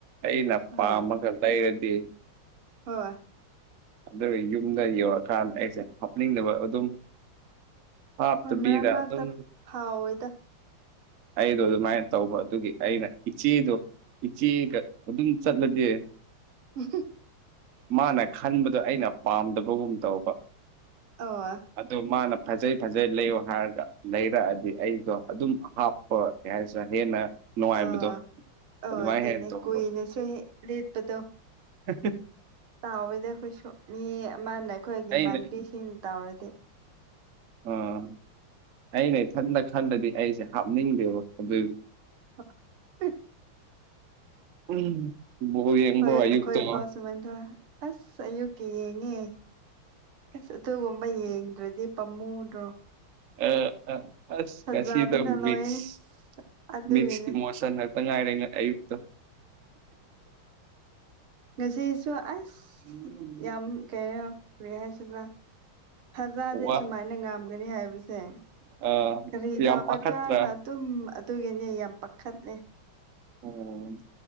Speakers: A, on the right; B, on the right.
A: ꯑꯩꯅ ꯄꯥꯝꯃꯒꯥ
B: ꯑꯥ
A: ꯂꯩꯔꯗꯤ
B: ꯍꯣꯏ
A: ꯑꯗꯨꯒꯥ ꯌꯨꯝꯗ ꯌꯧꯔꯀꯥꯟꯗꯥ ꯑꯩꯁꯦ ꯍꯥꯞꯅꯤꯡꯅꯕ ꯑꯗꯨꯝ ꯍꯥꯞꯇꯕꯤꯗ
B: ꯍꯣꯏ ꯃꯔꯥ ꯃꯔꯥꯛꯇꯥ
A: ꯑꯗꯨꯝ
B: ꯐꯥꯎꯋꯦꯗꯥ
A: ꯑꯩꯗꯣ ꯑꯗꯨꯃꯥꯏꯅ ꯇꯧꯕ ꯑꯗꯨꯒꯤ ꯑꯩꯅ ꯏꯆꯦꯗꯣ ꯏꯆꯦꯒꯥ ꯑꯗꯨꯝ ꯆꯠꯂꯗꯤ
B: ꯎꯝ
A: ꯃꯥꯅ ꯈꯟꯕꯗꯣ ꯑꯩꯅ ꯄꯥꯝꯗꯕꯒꯨꯝ ꯇꯧꯕ
B: ꯑꯣ
A: ꯑꯗꯣ ꯃꯥꯅ ꯐꯖꯩ ꯐꯖꯩ ꯂꯩꯌꯣ ꯍꯥꯏꯔꯒꯥ ꯂꯩꯔꯛꯑꯗꯤ ꯑꯩꯗꯣ ꯑꯗꯨꯝ ꯍꯥꯞ ꯍꯣꯏ ꯀꯩ ꯍꯥꯏꯁꯤꯔꯥ ꯍꯦꯟꯅ ꯅꯨꯡꯉꯥꯏꯕꯗꯣ
B: ꯑ ꯑ
A: ꯑꯗꯨꯃꯥꯏꯅ
B: ꯑꯗꯨꯅꯦ
A: ꯍꯦꯟꯅ ꯇꯧꯕ
B: ꯀꯅꯁꯨ ꯂꯦꯠꯄꯗꯣ
A: ꯑꯦ
B: ꯇꯥꯎꯋꯦꯗ ꯑꯩꯈꯣꯏꯁꯨ ꯃꯤ ꯑꯃꯅ ꯑꯩꯈꯣꯏꯒꯤꯃꯥꯟꯕꯤꯁꯤꯡ
A: ꯑꯩꯅ
B: ꯇꯥꯎꯔꯗꯤ
A: ꯑꯥ ꯑꯩꯅ ꯏꯊꯟꯗ ꯈꯜꯂꯗꯤ ꯑꯩꯁꯦ ꯍꯥꯞꯅꯤꯡꯗꯦꯕ ꯑꯗꯨ
B: ꯑ <unintelligible>
A: ꯎꯝ <unintelligible>
B: ꯍꯣꯏ ꯑꯩꯈꯣꯏ
A: ꯑꯌꯨꯛꯇꯣ
B: ꯑꯐꯥꯎ
A: ꯑ
B: ꯁꯨꯃꯟꯗꯥ ꯑꯁ ꯑꯌꯨꯛꯀꯤ ꯌꯦꯡꯉꯦ ꯑꯁ ꯑꯗꯨꯒꯨꯝꯕ ꯌꯦꯡꯗ꯭ꯔꯥꯗꯤ ꯄꯥꯝꯃꯨꯗ꯭ꯔꯣ
A: ꯑꯥ ꯑꯥ ꯑꯁ
B: ꯐꯖꯕꯅ
A: ꯉꯁꯤꯗꯥ
B: ꯂꯣꯏꯔꯦ
A: ꯃꯤꯁ
B: ꯑꯗꯨꯒꯤꯅꯦ
A: ꯃꯤꯁꯀꯤ ꯃꯣꯁꯟ ꯇꯥ ꯉꯥꯏꯔꯦꯅ ꯑꯌꯨꯛꯇꯣ
B: ꯉꯥꯁꯤꯁꯨ ꯑꯁ
A: ꯎꯝ
B: ꯌꯥꯝ ꯀꯩꯔ ꯀ꯭ꯔꯤ ꯍꯥꯏ ꯁꯤꯔ ꯊꯥꯖꯗꯦ
A: ꯋꯥ
B: ꯁꯨꯃꯥꯏꯅ ꯉꯝꯒꯅꯤ ꯍꯥꯏꯕꯁꯦ
A: ꯑ
B: ꯀꯔꯤ
A: ꯌꯥꯝ
B: ꯇꯥꯒꯗ꯭ꯔꯥꯅ
A: ꯄꯥꯈꯠꯇ꯭ꯔꯥ
B: ꯑꯗꯨꯨꯝ ꯑꯗꯨꯒꯤꯅꯦ ꯌꯥꯝ ꯄꯥꯈꯠꯂꯦ
A: ꯎꯝ